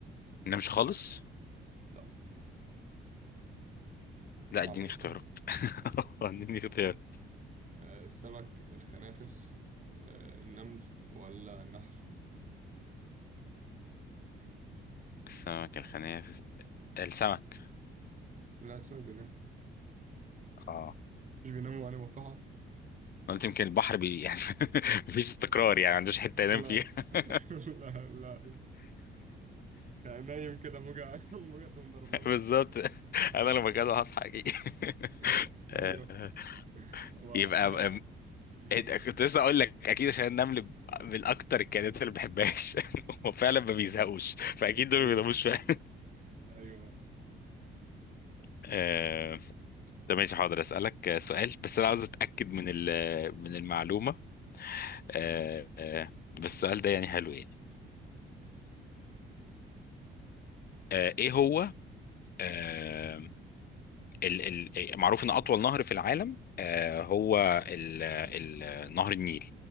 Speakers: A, on the left (about 50°); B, on the right (about 40°).
A: نمش خالص
B: لا
A: لا
B: صعبة
A: اديني
B: دي
A: اختيارات
B: صح
A: <laughs> اديني اختيار
B: آه، السمك الخنافس آه، النمل ولا النحل
A: السمك الخنافس السمك
B: لا السمك بينام
A: اه
B: مش بينام وعينه مفتوحة
A: قلت يمكن البحر بي يعني <laughs> مفيش استقرار يعني ما عندوش حته ينام
B: لا
A: فيها <laughs>
B: <laughs> لا لا لا يعني نايم كده موجة موجة تقوم ضرباه
A: بالظبط
B: كده
A: انا لو مكانه هصحى اكيد <laughs>
B: <laughs> ايوه
A: آه،
B: هو
A: يبقى
B: النملة
A: أم-
B: النمل
A: كنت لسه اقول لك اكيد عشان النمل ب- من اكتر الكائنات اللي ما بحبهاش <laughs> هو فعلا ما بيزهقوش فاكيد دول
B: ايوه
A: ما بيناموش فعلا
B: ايوه
A: <laughs> آه، طب ماشي حاضر اسالك آه، سؤال بس انا عاوز اتاكد من ال- من المعلومه آه، آه، بس السؤال ده يعني حلو يعني آه، ايه هو آه، ال ال معروف ان اطول نهر في العالم آه، هو ال ال نهر النيل